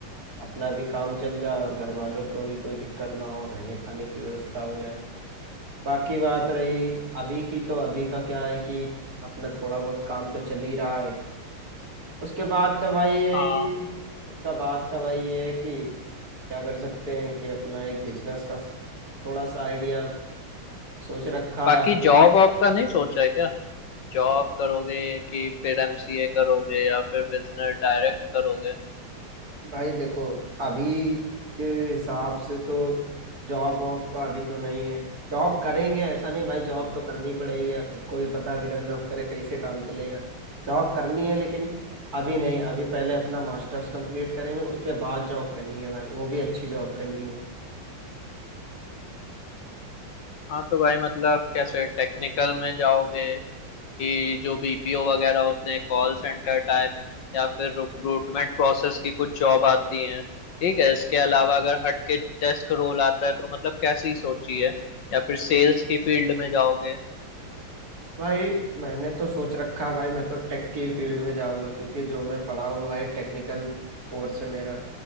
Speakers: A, on the right; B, on the left.
A: अपना भी काम चल जाए और घर वालों को भी कोई दिक्कत ना हो रहने खाने की व्यवस्था हो जाए बाकी बात रही अभी की तो अभी का क्या है कि अपना थोड़ा बहुत काम तो चल ही रहा है उसके बाद का भाई ये
B: हाँ
A: है कि उसका बाद का भाई ये है कि क्या कर सकते हैं कि अपना एक बिजनेस का थोड़ा सा आइडिया सोच रखा
B: बाकी
A: है आगे
B: जॉब वॉब का नहीं सोचा है क्या जॉब करोगे कि फिर एमसीए करोगे या फिर बिजनेस डायरेक्ट करोगे
A: भाई देखो अभी के हिसाब से तो जॉब वॉब का अभी तो नहीं है जॉब करेंगे ऐसा नहीं भाई जॉब तो करनी पड़ेगी यार तुमको भी पता है, बिना जॉब करे कैसे काम चलेगा जॉब करनी है लेकिन अभी नहीं अभी पहले अपना मास्टर्स कंप्लीट करेंगे उसके बाद जॉब करनी है भाई वो भी अच्छी जॉब करनी है
B: हाँ तो भाई मतलब कैसे टेक्निकल में जाओगे कि जो बीपीओ वगैरह होते हैं कॉल सेंटर टाइप या फिर रिक्रूटमेंट प्रोसेस की कुछ जॉब आती हैं ठीक है इसके अलावा अगर हट के डेस्क रोल आता है तो मतलब कैसी सोची है या फिर सेल्स की फील्ड में जाओगे
A: भाई मैंने तो सोच रखा है भाई मैं तो टेक की फील्ड में जाऊंगा क्योंकि जो मैं पढ़ा हूँ भाई टेक्निकल कोर्स है मेरा